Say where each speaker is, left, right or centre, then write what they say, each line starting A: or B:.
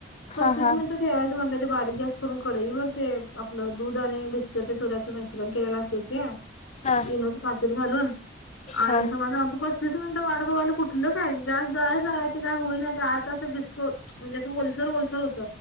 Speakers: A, on the left (about 80°); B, on the left (about 35°).
A: पस्तीस
B: हा हा
A: मिनिट ठेवायचं म्हटलं ते बारीक गॅस करून कडईवर ते आपलं दूध आणि बिस्किटच्या चुऱ्याचं मिश्रण केलेलं अस त्यात
B: हा
A: इनोच पाकीट घालून आणि
B: हा
A: तुम्हाला सांगतो पस्तीस मिनिटं वाट बघायलोय कुठ कुठलं काय ग गॅस जळायच लागायं काय होई नाही ते आता असं घिसको म्हणजे असं ओलसर- ओलसर होत